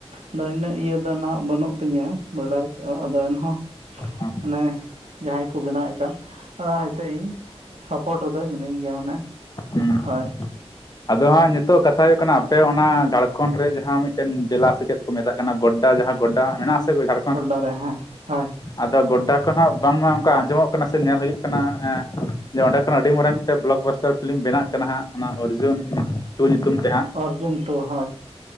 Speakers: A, on the right; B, on the left.
A: ᱟᱫᱚ ᱤᱱᱟᱹᱜ ᱤᱭᱟᱹ ᱫᱚ ᱱᱟᱜ ᱵᱟᱹᱱᱩᱜ ᱛᱤᱧᱟᱹ ᱵᱟᱰᱟᱭ ᱛᱮ ᱟᱫᱚ ᱮᱱᱦᱚᱸ
B: ᱦᱩᱸ
A: ᱢᱟᱱᱮ ᱡᱟᱦᱟᱸᱭ ᱠᱚ ᱵᱮᱱᱟᱣᱮᱫ ᱠᱟᱱ ᱚᱱᱟᱭ ᱛᱮ ᱤᱧ ᱥᱟᱯᱚᱴ ᱨᱮᱫᱚ ᱢᱤᱱᱟᱹᱧ ᱜᱮᱭᱟ, ᱢᱟᱱᱮ
B: <unintelligible>
A: ᱦᱳᱭ
B: ᱟᱫᱚ ᱦᱟᱸᱜ ᱱᱤᱛᱚᱜ ᱠᱟᱛᱷᱟ ᱦᱩᱭᱩᱜ ᱠᱟᱱᱟ ᱟᱯᱮ ᱚᱱᱟ ᱡᱷᱟᱲᱠᱷᱚᱸᱰ ᱨᱮ ᱡᱟᱦᱟᱸ ᱢᱤᱫ ᱴᱮᱱ ᱡᱮᱞᱟ ᱥᱮ ᱪᱮᱫ ᱢᱮᱛᱟᱜ ᱠᱟᱱᱟ ᱜᱚᱰᱟ ᱡᱟᱦᱟᱸ ᱜᱚᱰᱰᱟ ᱢᱮᱱᱟᱜ ᱥᱮ ᱡᱷᱟᱲ
A: ᱜᱚᱰᱰᱟ ᱨᱮ ᱦᱮᱸ ᱦᱳᱭ᱾
B: ᱟᱫᱚ ᱜᱚᱰᱰᱟ ᱠᱷᱚᱱ ᱦᱚᱸ ᱵᱟᱝ ᱢᱟ ᱚᱱᱠᱟ ᱟᱸᱡᱚᱢᱚᱜ ᱠᱟᱱᱟ ᱥᱮ ᱧᱮᱞ ᱦᱩᱭᱩᱜ ᱠᱟᱱᱟ, ᱦᱮᱸ ᱡᱮ ᱚᱸᱰᱮ ᱠᱷᱚᱱ ᱟᱹᱰᱤ ᱢᱟᱨᱟᱝ ᱢᱤᱫᱴᱮᱱ ᱵᱞᱚᱠ ᱵᱟᱥᱴᱟᱨ ᱯᱷᱤᱞᱤᱢ ᱵᱮᱱᱟᱜ ᱠᱟᱱᱟ ᱦᱟᱸᱜ ᱚᱱᱟ ᱚᱨᱡᱚᱩᱱ ᱴᱩ ᱧᱩᱛᱩᱢ ᱛᱮ ᱦᱟᱸᱜ᱾
A: ᱚᱨᱡᱩᱱ ᱴᱩ ᱦᱟ